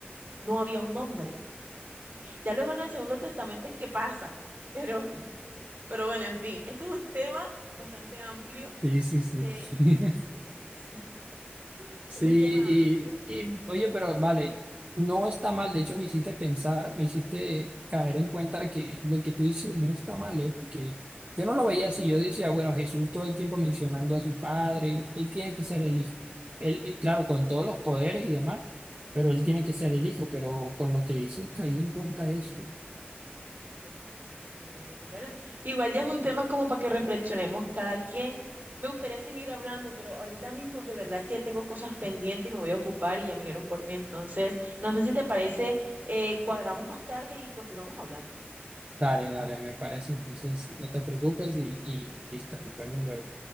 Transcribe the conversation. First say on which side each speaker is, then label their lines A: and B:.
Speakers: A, on the right (about 55°); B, on the right (about 35°).
A: No había un nombre. Ya luego en el Segundo Testamento es que pasa, pero, pero bueno, en fin, este es un tema bastante amplio
B: sí, sí.
A: que...
B: <laughs>
A: <laughs>
B: Sí,
A: es un tema amplio,
B: y, y, oye, pero vale, no está mal, de hecho me hiciste pensar, me hiciste caer en cuenta que lo que tú dices no está mal, ¿eh? Porque yo no lo veía así, yo decía, bueno, Jesús todo el tiempo mencionando a su padre, él tiene que ser el hijo, él, él, claro, con todos los poderes y demás, pero él tiene que ser el hijo, pero con lo que dices caí en cuenta eso.
A: total, totalmente. Bueno, igual ya es un tema como para que reflexionemos cada quien. Me gustaría seguir hablando, pero ahorita mismo de verdad que tengo cosas pendientes y me voy a ocupar y ya vinieron por mí. Entonces, no sé si te parece, eh, cuadramos más tarde y continuamos hablando.
B: Dale, dale, me parece, entonces no te preocupes y, y listo, nos vemos luego.